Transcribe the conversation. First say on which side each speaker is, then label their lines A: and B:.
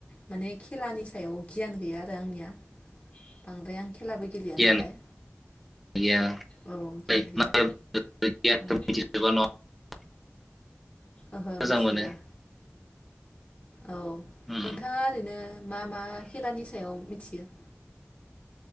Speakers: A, on the left; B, in the centre.
A: माने खेलानि सायाव गियान गैया आरो आंनिया बांद्राय आं खेलाबो गेलेया
B: गियान
A: नालाय।
B: <unintelligible>
A: औ गियान गैया औ ओहो
B: मोजां
A: मिथिजोबा
B: मोनो
A: औ
B: उम
A: नोंथाङा ओरैनो मा मा खेलानि सायाव थियो